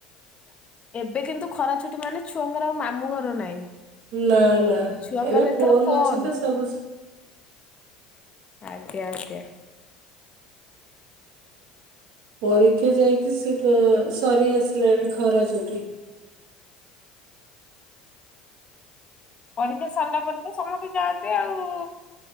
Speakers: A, on the left (about 30°); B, on the right (about 70°).
A: ଏବେ କିନ୍ତୁ ଖରା ଛୁଟି ମାନେ ଛୁଆଙ୍କର ଆଉ ମାମୁଁ ଘର ନାହିଁ।
B: ନା ନା
A: ଛୁଆଙ୍କର
B: ଏବେ
A: ଏଥର
B: ଫୋନ୍
A: ଫୋନ।
B: ଅଛି ତ ସବୁ।
A: ଆଜ୍ଞା ଆଜ୍ଞା।
B: ପରୀକ୍ଷା ଯାଇକି ସେତ ସରି ଆସିଲାଣି ଖରା ଛୁଟି
A: ପରୀକ୍ଷା ସାରିଲା ପରେ ତ ସମସ୍ତେ ଯାଆନ୍ତି ଆଉ।